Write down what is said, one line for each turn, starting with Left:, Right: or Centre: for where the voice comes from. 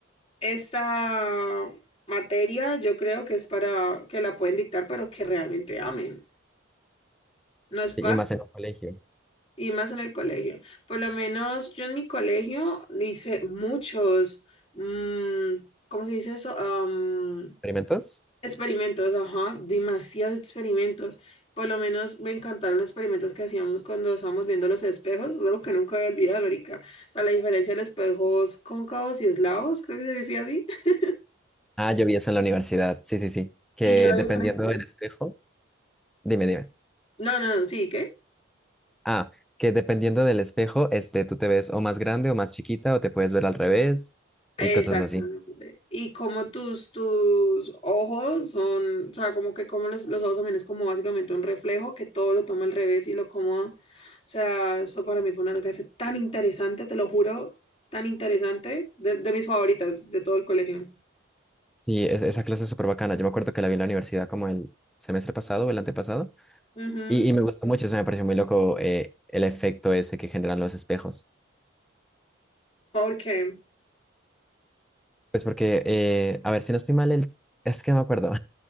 Left: Esta materia yo creo que es para que la pueden dictar, pero que realmente amen. No es
Centre: Y
Left: fácil.
Centre: más en un colegio.
Left: Y más en el colegio. Por lo menos yo en mi colegio hice muchos, mm, ¿cómo se dice eso? Am,
Centre: ¿Experimentos?
Left: experimentos, ajá, demasiados experimentos. Por lo menos me encantaron los experimentos que hacíamos cuando estábamos viendo los espejos, es algo que nunca voy a olvidar, marica. O sea, la diferencia de los espejos cóncavos y eslavos, creo que se decía así. <laughs>
Centre: Ah, yo vi eso en la universidad. Sí, sí, sí. Que
Left: Y yo la
Centre: dependiendo
Left: diferencia.
Centre: del espejo, dime, dime.
Left: No, no, no, sí, ¿qué?
Centre: Ah, que dependiendo del espejo, este, tú te ves o más grande o más chiquita o te puedes ver al revés
Left: Exactamente.
Centre: y cosas así.
Left: Y como tus, tus ojos son, o sea, como que como los, los ojos también es como básicamente un reflejo que todo lo toma al revés y lo como, o sea, eso para mí fue una clase tan interesante, te lo juro, tan interesante, de, de mis favoritas de todo el colegio.
Centre: Sí, es- esa clase es súper bacana. Yo me acuerdo que la vi en la universidad como el semestre pasado o el antepasado
Left: Ujú,
Centre: y, y me gustó mucho, se me pareció muy loco eh, el efecto ese que generan los espejos.
Left: Porque,
Centre: Pues porque, eh, a ver si no estoy mal, el... es que no me acuerdo.